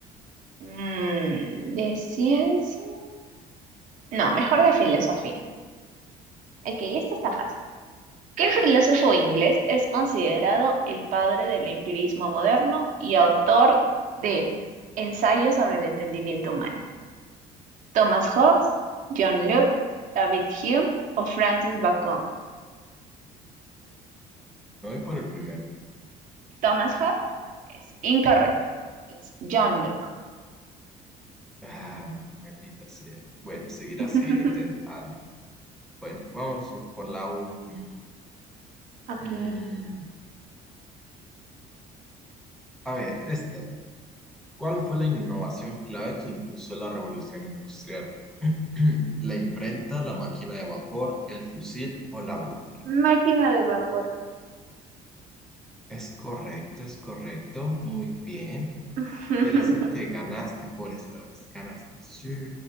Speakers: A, on the right; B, in the centre.
A: mm, de ciencia. No, mejor de filosofía. Ok, esto está fácil. ¿Qué filósofo inglés es considerado el padre del empirismo moderno y autor de Ensayo sobre el entendimiento humano? Thomas Hobbes, John Locke, David Hume o Francis Bacon.
B: Me voy por el primero.
A: Thomas Hobbes es incorrecto, es John Locke.
B: Ah, maldita sea. Bueno, seguirá
A: <laughs>
B: seguir intentando. Bueno, vamos por la última.
A: Ok.
B: Mm, a ver, esta. ¿Cuál fue la innovación clave que impulsó la revolución industrial? <clears throat> ¿La imprenta, la máquina de vapor, el fusil o la brújula?
A: Máquina de vapor.
B: Es correcto, es correcto. Muy bien.
A: <laughs>
B: Quiere decir que ganaste por esta vez. Ganaste. Sí.